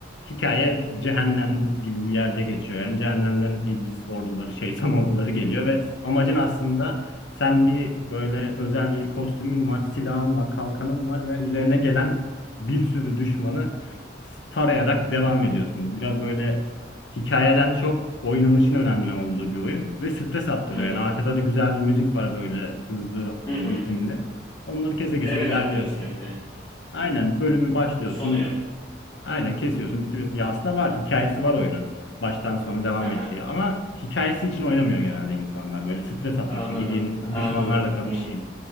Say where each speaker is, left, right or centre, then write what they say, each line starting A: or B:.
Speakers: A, on the left; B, on the left.
A: hikaye cehennem gibi bir yerde geçiyor. Yani cehennemden iblis orduları, şeytan orduları geliyor ve amacın aslında sen bir böyle özel bir kostümün var, silahın var, kalkanın var ve üzerine gelen bir sürü düşmanı tarayarak devam ediyorsun. Biraz böyle hikayeden çok oynanışın önemli olduğu bir oyun ve stres attırıyor.
B: Hımm.
A: Yani arkada da güzel bir müzik var böyle hızlı,
B: Hı
A: e,
B: hı.
A: ritimli. Onları kese
B: Level
A: kese ilerliyorsun.
B: atlıyorsun sürekli.
A: Aynen bölümü başlıyorsun.
B: Sonu yok.
A: Aynen kesiyorsun, bitiriyorsun. Ya aslında var hikayesi var oyunun. Baştan sona devam
B: Aha.
A: ettiği ama hikayesi için oynamıyor genelde insanlar. Böyle stres atmak
B: Anladım.
A: için gideyim
B: Anladım.
A: düşmanlarla kapışayım.
B: Hı.